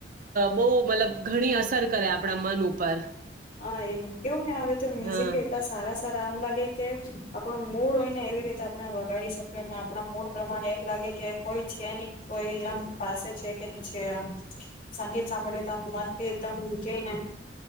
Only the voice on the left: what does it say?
હા, એમ કેવું ને આવે, તો મ્યુઝિકી
એટલા સારા. તારા આમ લાગે કે, આપણું મૂડ હોય ને, એવી રીતે આપણે વગાડી શકીએને, આપણા મૂડ પ્રમાણે. એમ લાગે કે કોઈ છે, કોઈ આમ પાસે છે કે ન છે. આમ સંગીત સાંભળએ તો, આમ મન બી એકદમ કેઈને.